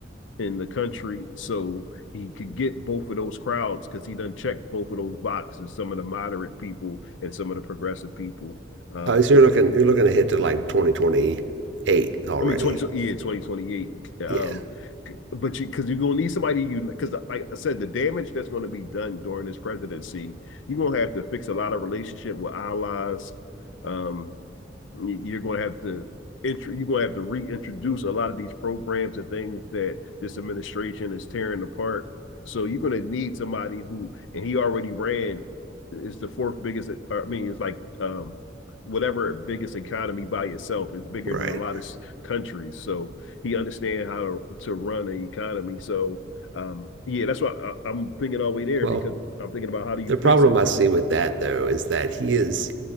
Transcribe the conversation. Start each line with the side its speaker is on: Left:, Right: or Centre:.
Left: in the country. So he could get both of those crowds because he done checked both of those boxes, some of the moderate people and some of the progressive people. Um,
Right: Oh, so you're looking you're looking ahead to like 2028 already.
Left: I mean, 20, yeah, 2028. Um,
Right: Yeah,
Left: but you, because you're going to need somebody, you, because like I said, the damage that's going to be done during this presidency, you're going to have to fix a lot of relationship with allies. Um, you- are going to have to intro, you're going to have to reintroduce a lot of these programs and things that this administration is tearing apart. So you're going to need somebody who, and he already ran, it's the fourth biggest. I mean, it's like um, whatever biggest economy by itself is bigger
Right: right.
Left: than a lot of countries. So he understands how to, to run an economy. So um, yeah, that's why I, I'm thinking all the way there
Right: Well,
Left: because I'm thinking about how do you
Right: the
Left: fix
Right: problem
Left: it.
Right: I see with that though is that he is